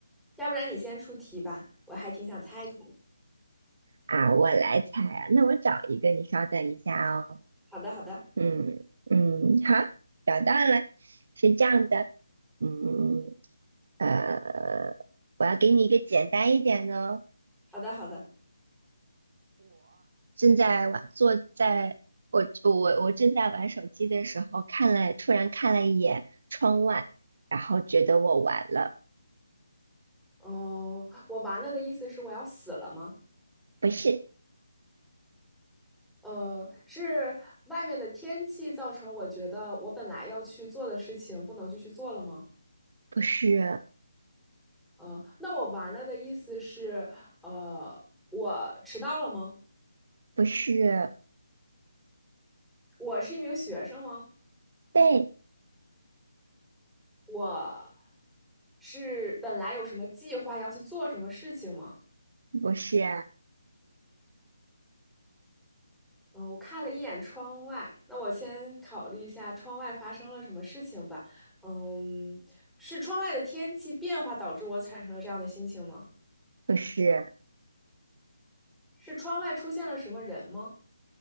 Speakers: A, in the centre; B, on the right.
A: 要不然你先出题吧，我还挺想猜一猜。
B: 啊？我来猜啊。那我找一个，你稍等一下哦。
A: 好的，好的。
B: 嗯嗯，好，找到了，是这样的。嗯呃，我要给你一个简单一点的哦。
A: 好的，好的。
B: 正在玩，坐在我我我正在玩手机的时候，看了突然看了一眼窗外，然后觉得我完了，
A: 哦，我完了的意思是我要死了吗？
B: 不是
A: 呃，是外面的天气造成我觉得我本来要去做的事情不能继续做了吗？
B: 不是
A: 呃，那我完了的意思是，呃，我迟到了吗？
B: 不是
A: 我是一名学生吗？
B: 被，
A: 我是本来有什么计划要去做什么事情吗？
B: 不是
A: 哦，我看了一眼窗外，那我先考虑一下窗外发生了什么事情吧。嗯，是窗外的天气变化导致我产生了这样的心情吗？
B: 不是
A: 是窗外出现了什么人吗？